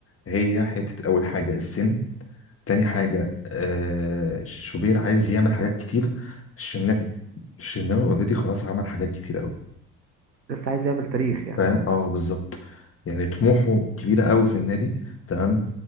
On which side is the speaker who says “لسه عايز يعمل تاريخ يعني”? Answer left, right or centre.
Right